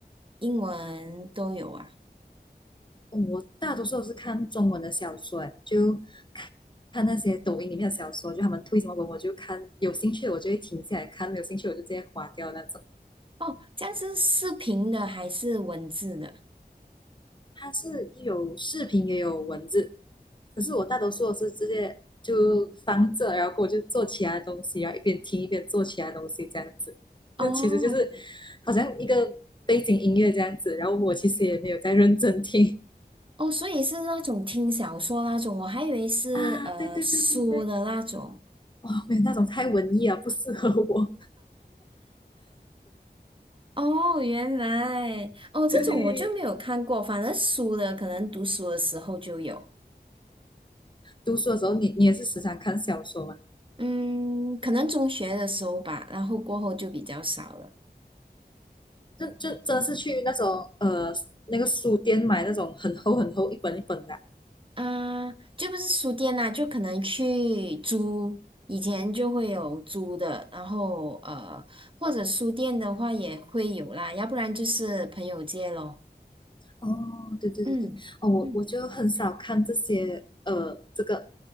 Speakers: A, on the right; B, on the left.
A: 英文都有啊？
B: 嗯我大多数都是看中文的小说，诶，就看那些抖音里面的小说，就他们推什么文我就看，有兴趣我就会停下来看，没有兴趣我就直接划掉那种。
A: 哦，这样是视频的还是文字的？
B: 它是有视频也有文字，可是我大多数是直接就放着，然后我就做其他东西，然后一边听一边做其他东西这样子。
A: 哦
B: 这其实就是好像一个背景音乐这样子，然后我其实也没有在认真听
A: 哦，所以是那种听小说那种，我还以为是呃书的那种。
B: <laughs> 啊。对对对对对，哦，没有那种太文艺啊，不适合我。
A: 哦，原来哦，
B: <laughs>
A: 这种我就没有看过，
B: 对，
A: 反正书的可能读书的时候就有，
B: 读书的时候你你也是时常看小说嘛？
A: 嗯，可能中学的时候吧，然后过后就比较少了。
B: 就就真的是去那种呃那个书店买那种很厚很厚一本一本的啊
A: 啊、就不是书店啦、就可能去租，以前就会有租的，然后呃，或者书店的话也会有啦，要不然就是朋友借咯。
B: 哦，对对对对，
A: 嗯嗯，
B: 哦，我我就很少看这些呃，这个